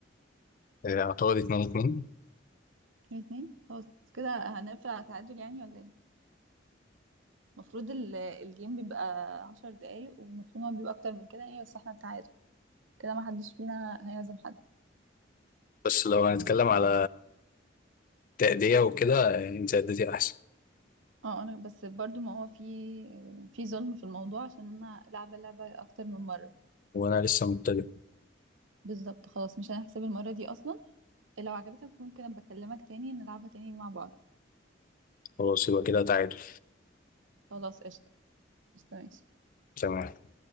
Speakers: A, on the left; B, on the right.
A: آه، أعتقد اتنين اتنين
B: اتنين اتنين خلاص كده هنقفل على تعادل يعني ولا ايه المفروض ال- الجيم بيبقى عشر دقايق والمفروض هو بيبقى اكتر من كده يعني بس احنا تعادل كده ما حدش فينا هيعزم حد
A: بس لو هنتكلم على تأدية وكده آه، أنت أديتي أحسن
B: اه انا بس برضو ما هو في في ظلم في الموضوع عشان انا لعبة لعبة اكتر من مرة
A: وأنا لسه مبتدئ
B: بالظبط خلاص مش هنحسب المرة دي اصلا لو عجبتك ممكن ابقى اكلمك تاني نلعبها تاني مع بعض
A: خلاص يبقى كده تعادل
B: خلاص قشطة قشطة ماشي
A: تمام